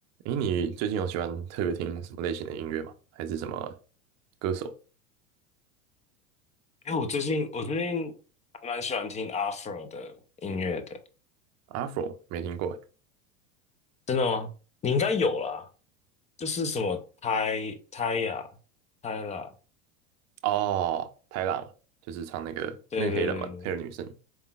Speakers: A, on the right; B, on the left.
A: 诶，你最近有喜欢特别听什么类型的音乐吗？还是什么歌手
B: 哎，我最近我最近还蛮喜欢听 Afro 的音乐的，
A: ？Afro 没听过诶
B: 真的吗？你应该有啦，就是什么泰泰 i 泰 a
A: 哦，泰拉嘛，就是唱那个那个黑人嘛，
B: 对对对对，
A: 黑人女生。